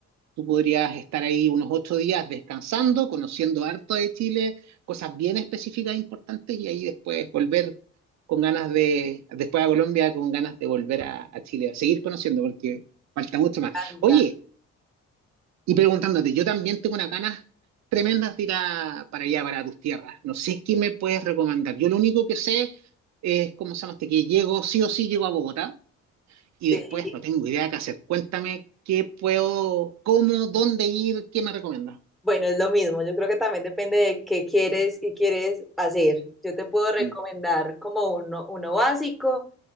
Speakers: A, on the right; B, in the centre.
A: tú podrías estar ahí unos ocho días descansando, conociendo harto de Chile, cosas bien específicas e importantes y ahí después volver con ganas de, después a Colombia, con ganas de volver a, a Chile, a seguir conociendo porque falta mucho más.
B: Atlanta,
A: Oye, y preguntándote, yo también tengo unas ganas tremendas de ir a- para allá, para tus tierras. No sé qué me puedes recomendar. Yo lo único que sé es, ¿cómo se llama este? Que llego, sí o sí llego a Bogotá y
B: sí.
A: después no tengo idea qué hacer. Cuéntame qué puedo, cómo, dónde ir, qué me recomiendas.
B: Bueno, es lo mismo. Yo creo que también depende de qué quieres, qué quieres hacer. Yo te puedo recomendar
A: Mm,
B: como uno, uno básico.